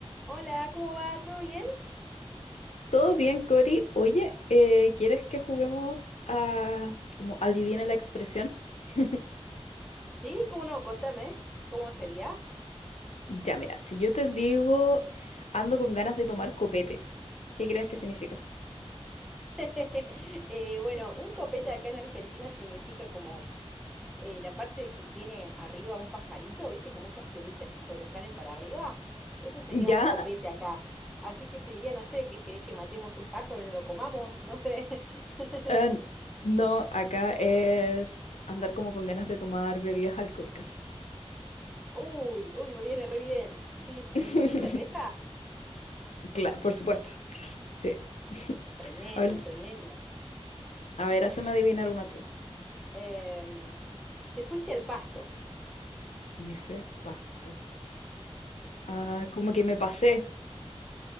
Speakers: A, in the centre; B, on the left (about 85°).
A: Hola, ¿cómo va? ¿Todo bien?
B: Todo bien, Cori. Oye, eh, ¿quieres que juguemos a como adivina la expresión? <laughs>
A: Sí, ¿cómo no? Contame, ¿cómo sería?
B: Ya, mira, si yo te digo ando con ganas de tomar copete, ¿qué crees que significa?
A: <laughs> Eh, bueno, un copete acá en Argentina significa como eh, la parte que tiene arriba un pajarito, ¿viste? Como esas plumitas que sobresalen para arriba. Eso sería
B: Ya,
A: un copete acá. Así que te diría, no sé, ¿qué querés que matemos un pájaro y no lo comamos? No sé. <laughs>
B: eh, no, acá es andar como con ganas de tomar bebidas alcohólicas.
A: Uy, uy, me viene re bien. Sí, sí,
B: <laughs>
A: ¿incluye cerveza?
B: Claro, por supuesto. Sí. <laughs>
A: Tremendo,
B: A ver,
A: tremendo.
B: a ver, hazme adivinar una tú.
A: Em, te fuiste al pasto.
B: Me fui al pasto. Ah, como que me pasé.